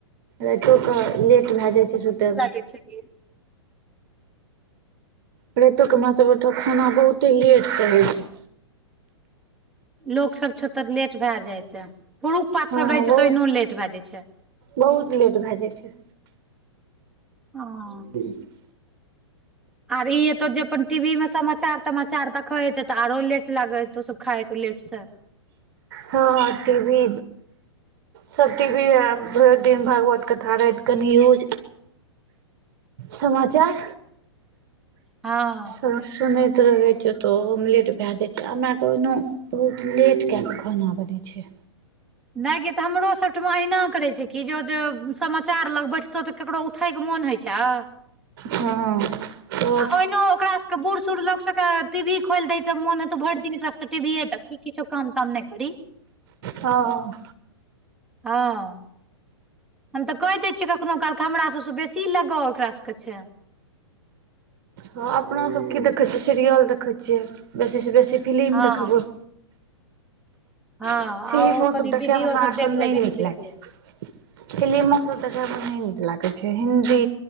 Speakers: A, on the right; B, in the centre.
A: राइतो कऽ लेट भेए जाइ छै सुतय म।
B: की छै कि
A: राइतो के हमरा सब ओइठां खाना बहुते लेट सँ होइ छै।
B: लोक सब छौ तऽ लेट भेए जायते पुरुख-पात
A: हँ
B: सब रहै छै
A: बहुत
B: तऽ ओहिनो लेट भेए जाइ छै।
A: बहुत लेट भेए जाइ छै।
B: हँ।
A: ह
B: आर ई एतो जे अपन टी भी में समाचार-तमाचार दखैत छै त आरो लेट लागेतौ सब खाइ तौ लेट से।
A: हँँ टी भी सब टी भी आ भइर दिन भागवत कथा राइत कऽ न्यूज समाचार।
B: हाँ।
A: आ सुनैत रहै छै तऽ ओहो मे लेट भेए जाइ छै हमरा त ओहिनो बहुत लेट केए क खाना बनै छै।
B: नै गे त हमरो सबठमा अहिना करै छै कि जो- जो समाचार लग बैठतो त केकरो उ उठैके मोन होइ छऽ।
A: हँ त
B: ओहिनो ओकरा सबके के बूढ़-सूढ़ लोक सब के टी भी खोइल दै ते मोन हेतौ भइर दिन ओकरा सबके टी भी ये दखी। किछो काम-ताम नै करी।
A: हँ।
B: हँ। हम तऽ कैह दै छियै कखनो काल कऽ हमरा सबसँ बेसी लगाउ ओकरा सबके छै
A: हँ अपना सब की देखै छियै सिरियल देखै छियै बेसी सऽ बेसी फिलिम
B: हँ
A: देखबौ
B: हँ
A: फिलिमों
B: आ ओ
A: हमसब
B: कनि
A: देखय
B: वीडियो
A: में हमरा
B: सब
A: एखन
B: देख
A: नै
B: लेबही
A: नीक
B: तऽ देख
A: लैग
B: लेबही
A: छै। फिलिमो सब देखय में नै नीक लागै छै हिन्दी